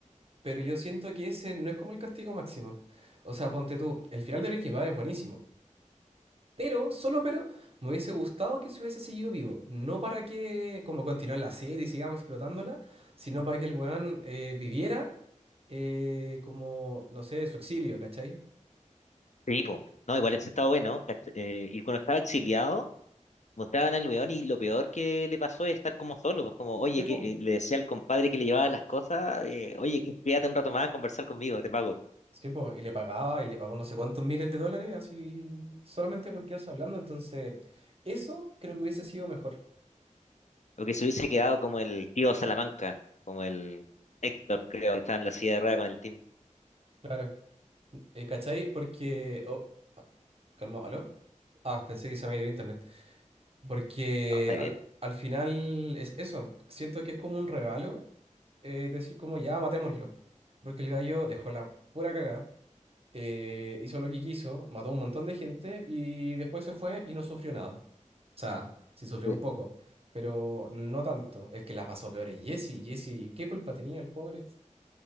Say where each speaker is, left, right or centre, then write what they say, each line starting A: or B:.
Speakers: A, on the right; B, on the left.
A: pero yo siento que ese no es como el castigo máximo. O sea, ponte tú, el final de Breaking Bad es buenísimo. Pero, solo pero, me hubiese gustado que se hubiese seguido vivo. No para que, como continuar la serie y sigamos explotándola, sino para que el weón eh, viviera eh, como, no sé, su exilio, ¿cachai?
B: Sí, pues, no, igual ese estaba bueno. cach- eh, y cuando estaba exiliado, mostraban al weón y lo peor que le pasó es estar como solo, pues como, oye,
A: Sí, pues.
B: que eh, le decía al compadre que le llevaba las cosas, eh, oye, que- quédate un rato más a conversar conmigo, te pago.
A: Sí, po, Y le pagaba, y le pagó no sé cuántos miles de dólares, así, solamente por quedarse hablando. Entonces, eso creo que hubiese sido mejor.
B: O que se hubiese quedado como el tío Salamanca, como el Héctor, creo, que está en la silla de ruedas con el team.
A: Claro. Eh, ¿cachai? Porque. Oh, ah, calma, ¿aló? Ah, pensé que se me había ido internet. Porque
B: No, está bien.
A: al, al final es eso. Siento que es como un regalo eh, decir como ya, matémoslo. Porque el gallo dejó la pura cagada. eh, hizo lo que quiso, mató a un montón de gente y después se fue y no sufrió nada. O sea, sí sufrió
B: Sí.
A: un poco, pero no tanto. El que la pasó peor es Jesse. Jesse, ¿qué culpa tenía el pobre?